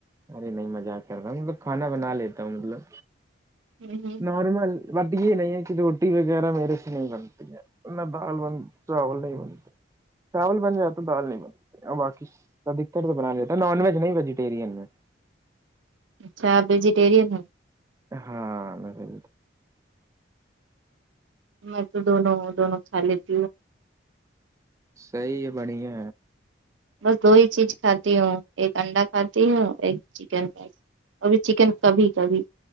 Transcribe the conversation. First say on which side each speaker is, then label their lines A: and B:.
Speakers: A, on the right; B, on the right.
A: ارے نہیں مزا کر رہاوں ملب کھانا بنا لیتا ہوں مطلب
B: ہیں
A: نارمل بٹ یہ نہیں ہے کہ روٹی وغیرہ میرے سے نہیں بنتی نہ دال بن چاول نہیں بنتا چاول بن جاتا دال نہیں بن ا بقی ادکتر تو بنا لیتا نان ویج نہیں بجی پری میں
B: اچھا ویجیٹیرین ہے
A: ہاں میں بھی
B: بر تو دونوں دونوں خال ت
A: صحیح ہے بڑیا
B: بس دو ہی چیز کھاتی ہوں ایک انڈا کھاتی ہوں ایک چکن فائس ابھی چکن کبھی کبھی